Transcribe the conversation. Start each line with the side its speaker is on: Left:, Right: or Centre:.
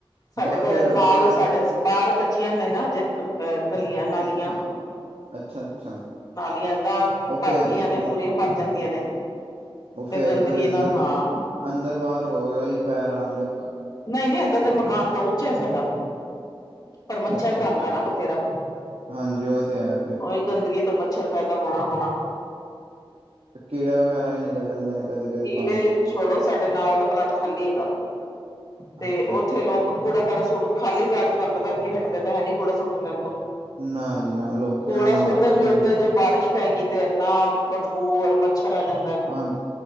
Left: ਸਾਡੇ
Right: ਬ
Left: ਘ
Right: ਫੇਰ
Left: ਲਾਲ
Right: ਬਾਹਰ
Left: ਸਾਡੇ। ਬਾਹਰ ਕੱਚੀਆਂ ਨੇ ਨਾ ਅਜੇ ਗਲੀਆਂ ਨਾਲੀਆਂ,
Right: ਅੱਛਾ ਅੱਛਾ ਅੱਛਾ,
Left: ਨਾਲੀਆਂ ਏਦਾਂ
Right: ਉਹ
Left: ਭਰ
Right: ਫੇਰ
Left: ਗਈਆਂ
Right: ਉਹ
Left: ਨੇ ਪੂਰੀਆਂ ਭਰ ਜਾਂਦੀਆਂ ਨੇ, ਤੇ
Right: ਫੇਰ
Left: ਗੰਦਗੀ
Right: ਤੁਸੀਂ ਅੰਦਰ
Left: ਨਾਲ ਹਾਂ,
Right: ਅੰਦਰ ਬਾਹਰ ਹੋ ਵੀ ਪੈਰ ਆਣਗੇ,
Left: ਨਹੀਂ ਨਹੀਂ ਏਦਾਂ ਦਾ ਮਕਾਨ ਤਾਂ ਉੱਚ ਹੈ ਸਾਡਾ ਪਰ ਮੱਛਰ
Right: ਅੱਛਾ
Left: ਤਾਂ
Right: ਅੱਛਾ
Left: ਆਦਾ ਨਾ ਬਥੇਰਾ,
Right: ਹਾਂਜੀ ਉਹ ਤੇ ਹੈ
Left: ਉਹੀ ਗੰਦਗੀ ਤੋਂ ਮੱਛਰ ਪੈਦਾ ਹੋਣਾ ਹੋਣਾ,
Right: <unintelligible> ਕੀੜਾ ਵਗੈਰਾ ਵੀ ਨਿਕਲ ਜਾਂਦੇ ਨੇ ਕਦੀ ਕਦੀ
Left: ਕੀੜੇ
Right: ਪਾਣੀ ਚ,
Left: ਛੋੜੋ ਸਾਡੇ ਨਾਲ ਦਾ ਪਲਾਟ ਖਾਲੀ ਹੈਗਾ। ਤੇ
Right: ਅੱਛਾ
Left: ਉੱਥੇ ਲੋਕ ਕੂੜਾ ਕਾੜਾ ਸੁਟ ਖਾਲੀ ਪੈਟ ਚ ਤੁਹਾਨੂੰ ਪਤਾ ਲੋਕੀ ਹਟਦੇ ਤੇ ਹੈ ਨੀ ਕੂੜਾ ਸੁੱਟਣੇ ਤੋਂ,
Right: ਨਾ ਜੀ ਨਾ ਲੋਕੀਆਂ
Left: ਕੂੜਾ
Right: ਨੂੰ ਮੌਕਾ
Left: ਸੁੱਟ ਦੇਣਗੇ
Right: ਚਾਹੀਦਾ,
Left: ਉੱਤੇ ਜੇ ਬਾਰਿਸ਼ ਪੈ ਗਈ ਤੇ ਇੰਨਾ ਬਦਬੂ ਔਰ ਮੱਛਰ ਆ ਜਾਂਦਾ,
Right: ਹਾਂਜੀ